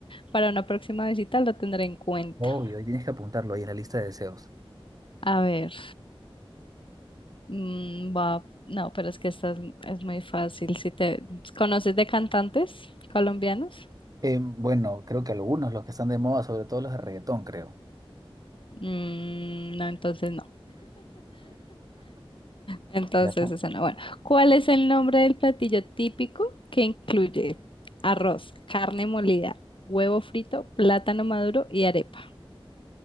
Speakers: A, on the left; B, on the right.
A: para una próxima visita lo tendré en cuenta.
B: Obvio, y tienes que apuntarlo ahí en la lista de deseos.
A: A ver, mm, va, no, pero es que esta es, es muy fácil. Si te conoces de cantantes colombianos,
B: Eh, bueno, creo que algunos, los que están de moda, sobre todo los de reggaetón, creo.
A: Mm, no, entonces no. Entonces
B: Ya.
A: esa no. Bueno, ¿cuál es el nombre del platillo típico que incluye arroz, carne molida, huevo frito, plátano maduro y arepa?